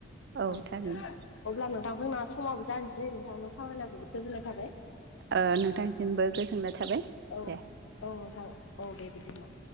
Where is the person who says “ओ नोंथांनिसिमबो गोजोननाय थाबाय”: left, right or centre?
Right